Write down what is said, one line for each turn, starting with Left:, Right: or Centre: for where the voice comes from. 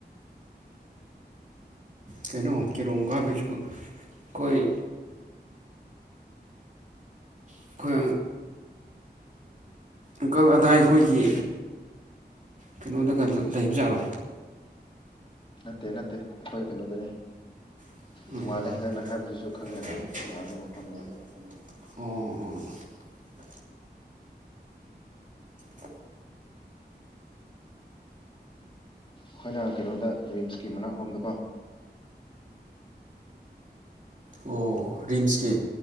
Right: ꯀꯩꯅꯣ ꯀꯦꯔꯣꯝ ꯀꯥꯕꯤꯁꯤꯕꯨ ꯑꯩꯈꯣꯏ ꯑꯩꯈꯣꯏ ꯑꯪꯀꯜ ꯑꯗꯥꯏ ꯑꯩꯈꯣꯏꯒꯤ ꯀꯩꯅꯣꯗꯒ ꯂꯩꯕꯖꯥꯔꯣ
Left: ꯅꯠꯇꯦ ꯅꯠꯇꯦ ꯑꯩꯈꯣꯏ ꯀꯩꯅꯣꯗꯅꯦ
Right: ꯎ
Left: ꯇꯣꯡꯉꯥꯜꯂꯦ ꯅꯪꯅ ꯍꯥꯏꯕꯗꯨꯁꯨ ꯈꯪꯉꯦ
Right: ꯑꯣ
Left: ꯑꯗꯨ ꯇꯣꯡꯉꯥꯜꯂꯦ ꯃꯐꯝꯗꯤ
Right: ꯑꯣ ꯑꯣ
Left: ꯑꯩꯈꯣꯏꯅ ꯀꯩꯅꯣꯗ ꯔꯤꯝꯁꯀꯤ ꯃꯅꯥꯛꯔꯣꯝꯗꯀꯣ
Right: ꯑꯣ ꯔꯤꯝꯁꯀꯤ